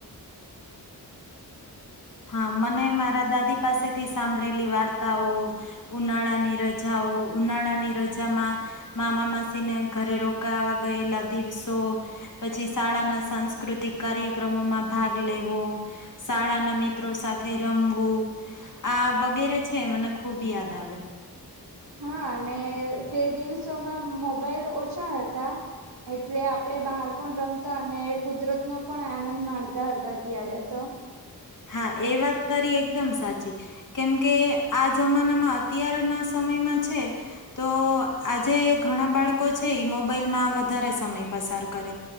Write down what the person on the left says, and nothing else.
હા મને મારા દાદી પાસેથી સાંભળેલી વાર્તાઓ ઉનાળાની રજાઓ ઉનાળા ની રજામાં મામા માસી ને ઘરે રોકાવા ગયેલા દિવસો પછી શાળાના સાંસ્કૃતિક કાર્યક્રમોમાં ભાગ લેવો શાળાના મી ત્રો સાથે રમવું આ વગેરે છે મને ખુબ યાદ આવે
હા એ વાત તારી એકદમ સાચી કેમકે આ જમાનામાં અત્યારના સમયમાં છે તો આજે ઘણા બાળકો છે મોબાઈલ માં વધારે સમય પસાર કરે